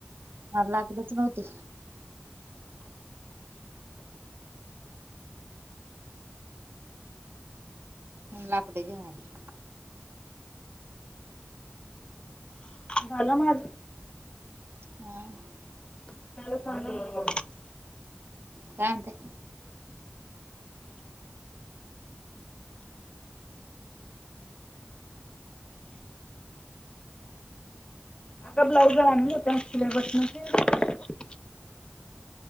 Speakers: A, on the right; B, on the left.
A: मला लाकडच नव्हती. लाकडे घेऊन आली.
B: झालं माझं.
A: हम.
B: त्याला सांग
A: काय म्हणते.
B: आग ब्लाउज आणल <unintelligible>